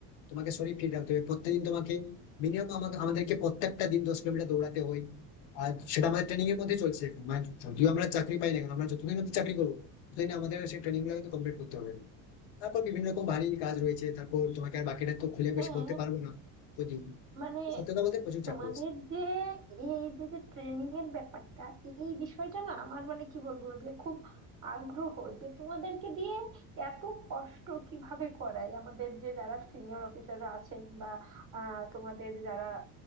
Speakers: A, on the left; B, on the right.
A: তোমাকে শরীর ফিট রাখতে হবে প্রত্যেকদিন তোমাকে মিনিমাম আমাকে আমাদেরকে প্রত্যেকটা দিন দশ কিলোমিটার দৌড়াতে হয় আর সেটা আমাদের ট্রেনিং এর মধ্যেই চলছে এখন। মানে যদিও আমরা চাকরি পাই না কেন আমরা যতদিন অব্দি চাকরি করবো ততদিন আমাদের সেই ট্রেনিং গুলো কিন্তু কমপ্লিট করতে হবে তারপর বিভিন্ন রকম ভারী কাজ রয়েছে তারপর তোমাকে আর বাকিটা তো খুলে
B: হ্যাঁ
A: বেশি বলতে পারবো না যদি
B: মানে
A: সত্যি কথা বলতে প্রচুর
B: তোমাদের
A: চাপ রয়েছে
B: যে এই যে যে ট্রেনিং এর ব্যাপারটা এই বিষয়টা না আমার মানে কি বলবো যে খুব আগ্রহ যে তোমাদেরকে দিয়ে এত কষ্ট কিভাবে করাই আমাদের যে যারা সিনিয়র অফিসাররা আছেন বা আহ, তোমাদের যারা